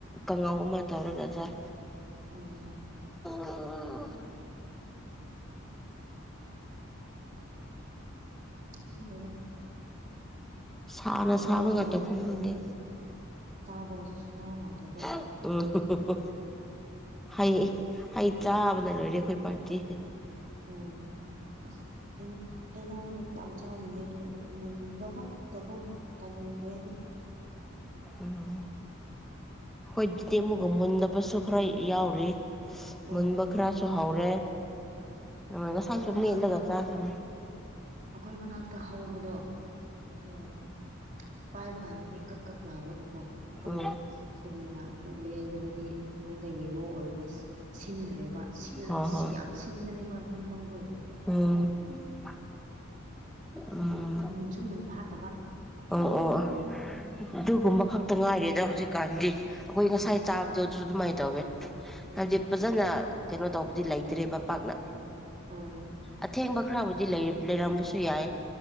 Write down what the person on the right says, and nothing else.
ꯎꯝ
ꯈꯪꯗꯦꯗ
ꯁꯝꯃꯔꯅꯤꯅ
ꯎꯝ ꯆꯥꯕꯒꯁꯨ ꯁꯨꯡꯍꯥꯎ ꯍꯥꯎꯇꯦꯀꯣ
ꯑꯣ ꯑꯁ ꯍꯩ ꯍꯩꯅꯧꯗꯨ ꯌꯥꯝ ꯆꯥꯅꯤꯡꯉꯦ ꯑꯗꯨ ꯃꯨꯟꯕ ꯈꯛꯇꯀꯣ ꯇꯥꯟꯒ꯭ꯔꯦꯗꯤ
ꯎꯝ
ꯎꯝ
ꯑꯩꯈꯣꯏ
ꯃꯅꯥꯛꯇ
ꯑꯩꯈꯣꯏ ꯃꯅꯥꯛꯇ ꯍꯧꯕꯗꯣ ꯎꯝ ꯄꯥꯏꯕ ꯀꯥꯟꯗꯗꯤ ꯀꯛ ꯀꯛ ꯂꯥꯎꯔꯒ ꯑꯣ ꯑꯃꯨꯛ
ꯁꯨꯔꯤꯅ ꯑꯃꯨꯛ ꯂꯦꯟꯕꯗꯗꯤ ꯃꯅꯨꯡꯗ ꯌꯦꯂꯣ ꯑꯣꯏꯔꯒ ꯁꯤꯟ ꯁꯤꯟꯗ ꯁꯤꯟꯗ꯭ꯔꯦꯕ ꯁꯤꯜꯂ
ꯁꯤ
ꯌꯥꯝ ꯁꯤꯟꯕꯅꯦꯕ ꯑꯗꯨ ꯍꯩꯅꯧꯗꯣ
ꯑꯦ ꯃꯨꯟꯁꯨ ꯃꯨꯟꯐꯥꯠꯇꯕ
ꯎꯝ
ꯎꯝ
ꯍꯣꯏ ꯍꯣꯏ ꯑꯥ